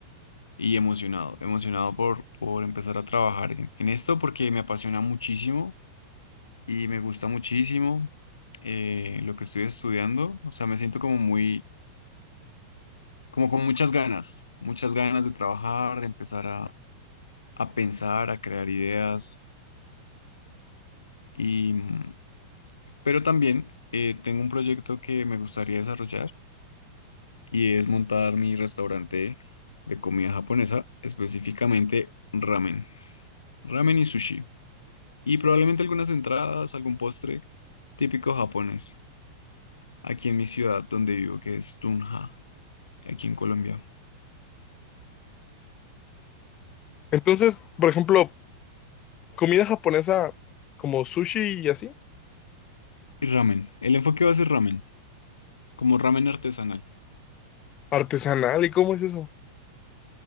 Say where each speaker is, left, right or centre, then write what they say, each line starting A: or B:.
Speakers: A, on the left; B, on the left.
A: y emocionado, emocionado por, por empezar a trabajar en en esto porque me apasiona muchísimo y me gusta muchísimo eh, lo que estoy estudiando. O sea, me siento como muy, como con muchas ganas, muchas ganas de trabajar, de empezar a, a pensar, a crear ideas. Y, mm, pero también eh, tengo un proyecto que me gustaría desarrollar y es montar mi restaurante de comida japonesa, específicamente ramen, ramen y sushi. Y probablemente algunas entradas, algún postre típico japonés, aquí en mi ciudad donde vivo, que es Tunja, aquí en Colombia.
B: Entonces, por ejemplo, comida japonesa como sushi y así,
A: Y ramen. El enfoque va a ser ramen, como ramen artesanal.
B: artesanal, ¿y cómo es eso?